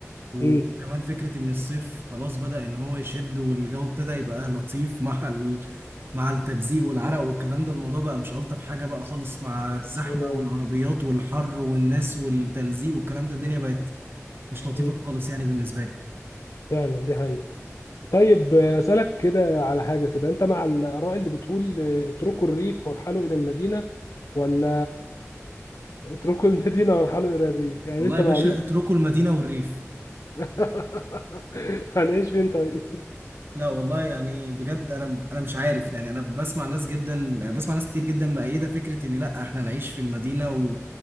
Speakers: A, on the right (about 45°); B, on the left (about 80°).
A: وكمان
B: امم
A: فكرة إن الصيف خلاص بدأ إن هو يشد والجو ابتدى يبقى لطيف <laughs> مع ال... مع التلزيق والعرق والكلام ده الموضوع بقى مش ألطف حاجة بقى خالص مع الزحمة
B: صعب قوي
A: والعربيات والحر والناس والتلزيق والكلام ده الدنيا بقت مش لطيفة
B: امم
A: خالص يعني بالنسبة لي
B: فعلا دي حقيقه طيب آه، اسالك كده على حاجه كده انت مع الاراء اللي بتقول آه، اتركوا الريف وارحلوا الى المدينه ولا اتركوا <laughs> المدينه وارحلوا الى الريف يعني
A: والله
B: انت
A: يا
B: مع
A: باشا
B: مين
A: اتركوا المدينة والريف
B: <laughs> هنعيش فين طيب
A: لا والله يعني بجد انا انا مش عارف يعني انا بسمع ناس جدا بسمع ناس كتير جدا مؤيده فكره ان لا احنا نعيش في المدينه و...